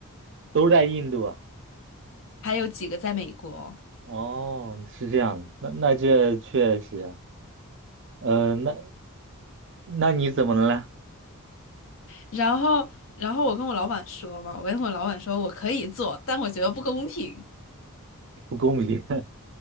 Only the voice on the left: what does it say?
<laughs> 还有几个在美国。
然后，然后我跟我老板说嘛，我跟我老板说我可以做，但我觉得不公平。